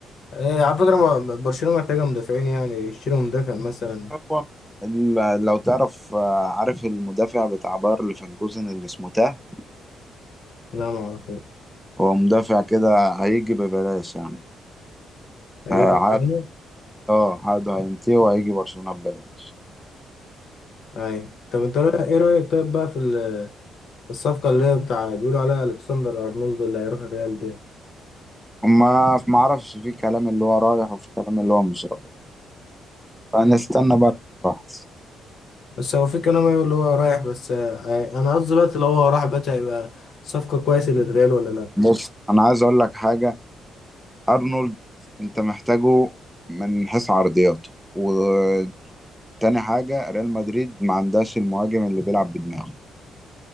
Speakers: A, on the left; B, in the centre.
A: آه، على فكرة ما- برشلونة محتاجة مدافعين يعني يشتروا مدافع مثلا
B: هو ال- لو تعرف آه، عارف المدافع بتاع باير ليفركوزن اللي اسمه تاه
A: لا ما اعرفه
B: هو مدافع كده هيجي ببلاش يعني
A: اي
B: آه،
A: برشلونة
B: عاد اه عقده هينتهي وهيجي برشلونة ببلاش
A: اي طب انت رأي- ايه رأيك طيب بقى في ال- الصفقة اللي هي بتاع بيقولوا عليها الكسندر ارنولد اللي هيروح الريال دي
B: ما ما اعرفش في كلام اللي هو رايح وفي كلام اللي هو مش رايح فنستنى بقى الفحص
A: بس هو في كلام يقول اللي هو رايح بس آه، آه، انا قصدي دلوقتي لو هو راح بقى هيبقى صفقة كويسة للريال ولا لا
B: بص انا عايز اقول لك حاجه ارنولد انت محتاجه من حيث عرضياته وتاني حاجه ريال مدريد ما عندهاش المهاجم اللي بيلعب بدماغه